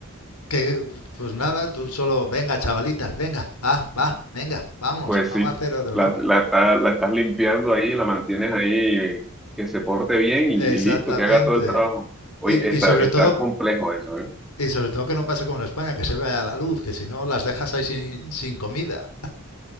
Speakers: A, on the left (about 80°); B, in the centre.
A: que pues nada, tú solo, venga, chavalitas, venga, va, va, venga, vamos,
B: Pues
A: vamos
B: sí,
A: a hacer otro,
B: la,
A: ¿no?
B: la, está- la estás limpiando ahí, la mantienes ahí, que se porte bien y,
A: Exactamente.
B: y listo, que haga todo el trabajo. Oye,
A: Y,
B: está,
A: y sobre
B: está
A: todo,
B: complejo eso, ¿eh?
A: y sobre todo que no pase como en España, que se vaya la luz, que si no las dejas ahí sin, sin comida.